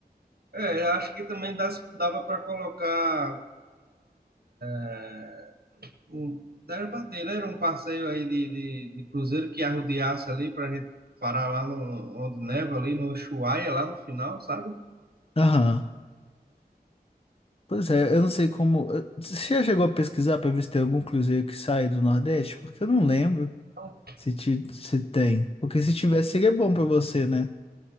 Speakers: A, on the right; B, on the left.
A: É, eu acho que também dá- dava para colocar é, um, dava para ter, né? Era um passeio aí de, de, de cruzeiro que arrodeasse ali para gente parar lá no, onde neva, ali no Ushuaia, lá no final, sabe?
B: Aham. Pois é, eu não sei como. Você já chegou a pesquisar para ver se tem algum cruzeiro que sai do Nordeste? Porque eu não lembro.
A: Não,
B: Se, ti- se tem. Porque se tivesse, seria bom pra você, né?